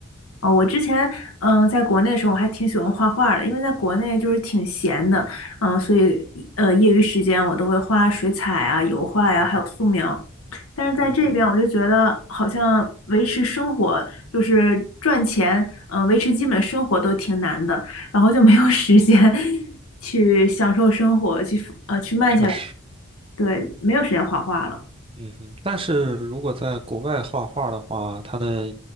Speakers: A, on the left; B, on the right.
A: 哦，我之前嗯、呃在国内的时候，我还挺喜欢画画的，因为在国内就是挺闲的，嗯、所以呃业余时间我都会画水彩啊、油画呀、
B: 嗯哼，
A: 还有素描。但是在这边，
B: 嗯哼，
A: 我就觉得好像维持生活，就是赚钱，嗯、维持基本生活都挺难的，然后就没有时间 <laughs> 去享受生活，去呃去慢下来。
B: 确实。
A: 对，没有时间画画了。
B: 嗯哼，但是如果在国外画画的话，它的